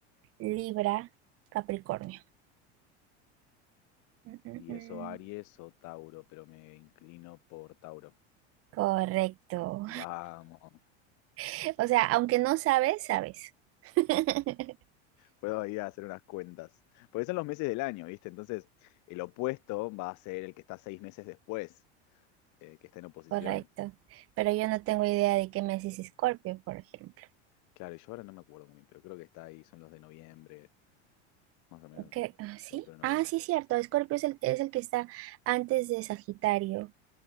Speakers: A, on the right; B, on the left.
A: Libra, Capricornio. Mm, mm,
B: Y
A: mm.
B: eso Aries o Tauro, pero me inclino por Tauro.
A: Correcto.
B: Vamos,
A: <laughs> O sea, aunque no sabes, sabes. <laughs>
B: puedo ir a hacer unas cuentas. Porque son los meses del año, ¿viste? Entonces, el opuesto va a ser el que está seis meses después, eh, que está en oposición.
A: Correcto. Pero yo no tengo idea de qué mes es Escorpio, por ejemplo.
B: Claro, yo ahora no me acuerdo muy bien, pero creo que está ahí, son los de noviembre, más o menos,
A: ¿Qué? Ah, ¿Sí?
B: octubre, noviembre.
A: Ah, sí, cierto. Escorpio es el, es el que está antes de Sagitario,